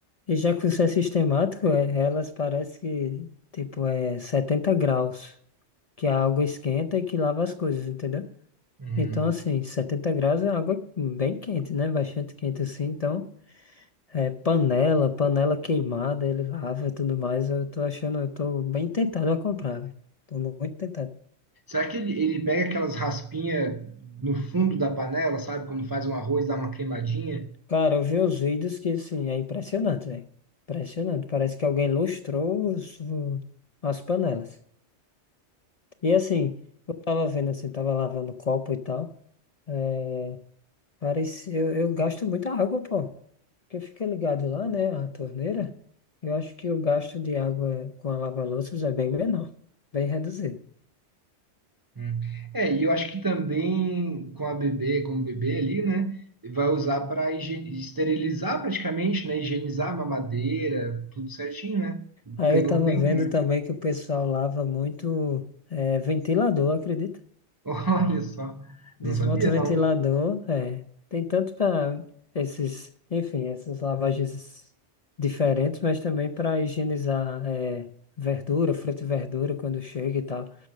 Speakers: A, on the left; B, on the right.
A: E já que você é sistemático, é, elas parece que, tipo, é 70 graus, que a água esquenta e que lava as coisas, entendeu?
B: Hum.
A: Então, assim, 70 graus é água bem quente, né? Bastante quente, assim. Então, é panela, panela queimada, ele lava e tudo mais. Eu tô achando, eu tô bem tentado a comprar, velho. Tô muito tentado.
B: Será que ele, ele pega aquelas raspinhas no fundo da panela, sabe? Quando faz um arroz, dá uma queimadinha?
A: Cara, eu vi os vídeos que, assim, é impressionante, velho. Impressionante. Parece que alguém lustrou os, o- as panelas. E assim, eu tava vendo assim, tava lavando copo e tal. É, parece, eu, eu gasto muita água, pô. Porque fica ligado lá, né? A torneira. Eu acho que o gasto de água com a lava-louças é bem menor, bem reduzido.
B: Hum. É, e eu acho que também com a bebê, com o bebê ali, né? Vai usar para esterilizar praticamente, né? Higienizar a mamadeira, tudo certinho, né?
A: Aí
B: Ganhou
A: eu tava
B: tempo,
A: vendo
B: né?
A: também que o pessoal lava muito, é, ventilador, acredita?
B: <laughs> Olha só,
A: Desmonta
B: não sabia
A: o
B: não.
A: ventilador, é. Tem tanto para esses, enfim, essas lavagens diferentes, mas também para higienizar é, verdura, fruta e verdura quando chega e tal.